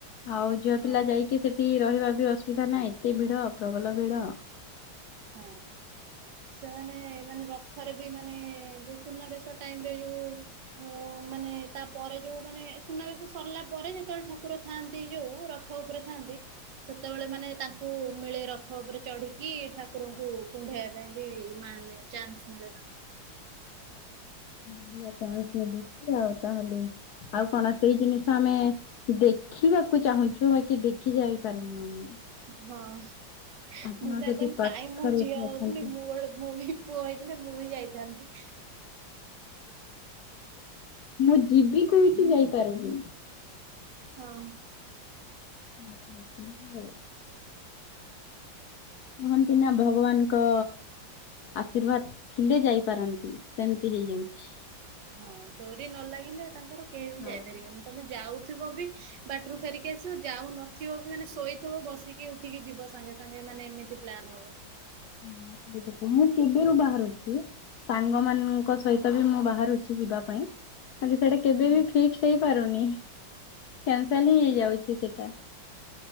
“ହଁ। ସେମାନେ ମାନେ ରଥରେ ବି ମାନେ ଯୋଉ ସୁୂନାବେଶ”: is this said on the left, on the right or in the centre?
Right